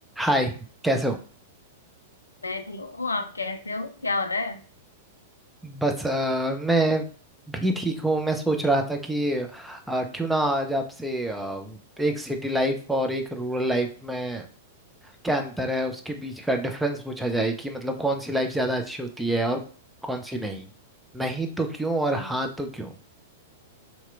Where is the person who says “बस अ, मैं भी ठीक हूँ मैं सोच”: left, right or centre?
Centre